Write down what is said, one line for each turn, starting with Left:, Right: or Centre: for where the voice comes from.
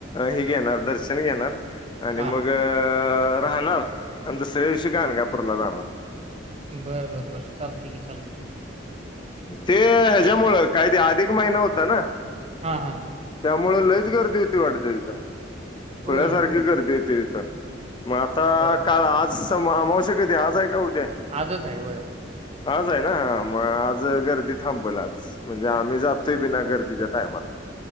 Left: हे घेणार दर्शन घेणार आणि
Right: हां,
Left: मग राहणार आणि दुसऱ्या दिवशी गाणगापूरला जाणार बर
Right: बर- बर- बरं चालते कि
Left: ते ह्याच्या
Right: मग
Left: मुळे काय अधिक महिना होता ना
Right: ह- ह- हा
Left: मुळे खुप गर्दी होती वाढते तिथे
Right: होय,
Left: खुळ्या सारखी गर्दी होेत का? मग आता
Right: बरोबर.
Left: काल आज अमावस्या कधी? आज आहे का? उद्या
Right: आजच आहे होय
Left: आज आहे ना मग आज गर्दी थांबल आज आम्ही जातोय
Right: हं, हं.
Left: गर्दी शिवाय वेळेला